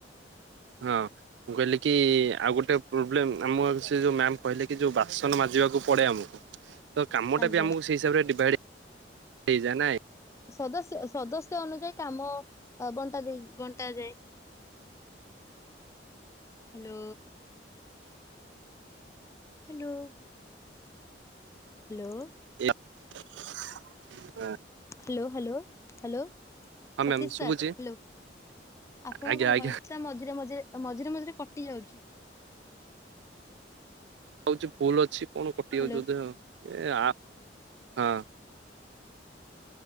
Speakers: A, on the right; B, on the left.
A: ହଁ ମୁଁ କହିଲି କି ଆଉ ଗୋଟେ ପ୍ରୋବ୍ଲେମ ଆମ ସେ ଯୋଉ ମ୍ୟାମ କହିଲେ କି ଯୋଉ ବାସନ ମାଜିବାକୁ ପଡେ ଆମକୁ। ତ କାମ
B: ଆଜ୍ଞା
A: ଟା ବି ଆମକୁ ସେ ହିସାବରେ ଡିଭାଇଡ। ସେଇ ଜା ନାଇ।
B: ସଦସ୍ୟ ସଦସ୍ୟ ଅନୁଯାୟୀ। କାମ ବଣ୍ଟା ଦେଇ ବଣ୍ଟା ଯାଏ। ହ୍ୟାଲୋ। ହ୍ୟାଲୋ। ହ୍ୟାଲୋ।
A: ହ୍ଯାଲୋ ହଁ।
B: Hello hello hello.
A: ହଁ
B: ସତୀଶ
A: ମ୍ୟାମ୍ ଶୁଭୁଛି
B: ସାର୍ ହ୍ୟାଲୋ ଆପଣଙ୍କ
A: ଆଜ୍ଞା ଆଜ୍ଞା
B: ଭଏସ୍ ଟା ମଝିରେ ମଝିରେ। ତ ମଝିରେ ମଝିରେ କଟି ଯାଉଛି।
A: ହଉଛି ଭୁଲ ଅଛି। କଟିଯାଉଛି
B: ହ୍ୟାଲୋ।
A: ବୋଧେ ଏ ଆପ୍ ହଁ।